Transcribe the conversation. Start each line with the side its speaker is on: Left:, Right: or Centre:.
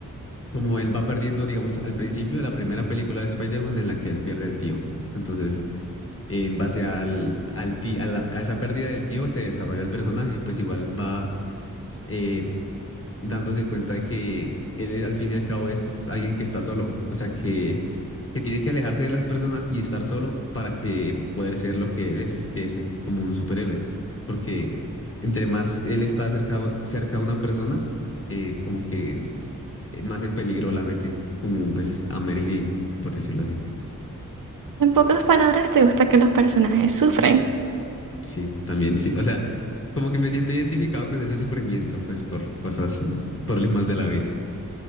Left: cómo él va perdiendo, digamos, al principio de la primera película de Spider-Man en la que él pierde al tío. Entonces, en base al, al ti- a, la- a esa pérdida del tío se desarrolla el personaje y pues igual va eh, dándose cuenta de que él al fin y al cabo es alguien que está solo, o sea que, que tiene que alejarse de las personas y estar solo para que poder ser lo que él es, que es como un superhéroe, porque entre más él está cerca, cerca a una persona, eh, como que eh, más en peligro la mete, como pues a Mary Jane, por decirlo así.
Right: En pocas palabras, ¿te gusta que los personajes sufren?
Left: Sí, también sí. O sea, como que me siento identificado con ese sufrimiento, pues por cosas, problemas de la vida.